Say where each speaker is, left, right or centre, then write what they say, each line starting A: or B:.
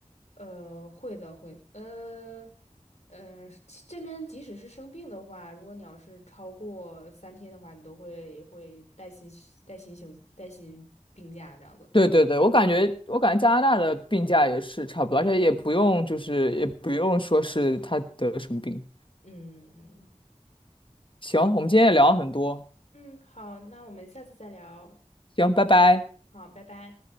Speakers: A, on the left; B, on the left.
A: 呃，会的，会，呃，呃，其这边即使是生病的话，如果你要是超过三天的话，你都会会带薪带薪休带薪病假这样子。
B: 对对对，我感觉我感觉加拿大的病假也是差不多，而且也不用就是也不用说是他得什么病。
A: 嗯嗯
B: 行，我们今天也聊了很多，
A: 嗯，嗯好，那我们下次再聊。
B: 行，拜拜。
A: 好，拜拜。